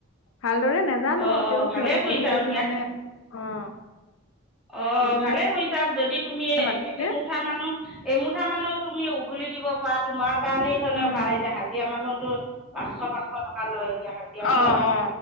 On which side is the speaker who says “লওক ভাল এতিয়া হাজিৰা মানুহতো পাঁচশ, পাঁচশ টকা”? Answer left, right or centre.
Centre